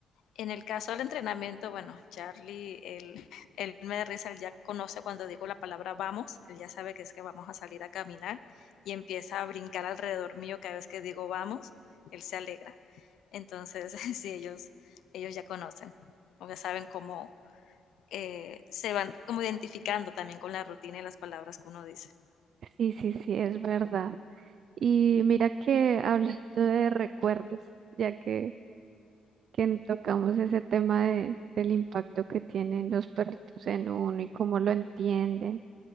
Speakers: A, on the left (about 75°); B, on the right (about 65°).
A: En el caso del entrenamiento, bueno, Charlie, él, <laughs> él me da risa, él ya conoce cuando digo la palabra vamos, él ya sabe que es que vamos a salir a caminar y empieza a brincar alrededor mío cada vez que digo vamos, él se alegra. Entonces, <laughs> sí, ellos, ellos ya conocen, o ya saben cómo eh, se van como identificando también con la rutina y las palabras que uno dice.
B: Sí, sí, sí, es verdad. Y mira que hablando de recuerdos, ya que, que tocamos ese tema de, del impacto que tienen los perritos en uno y cómo lo entienden.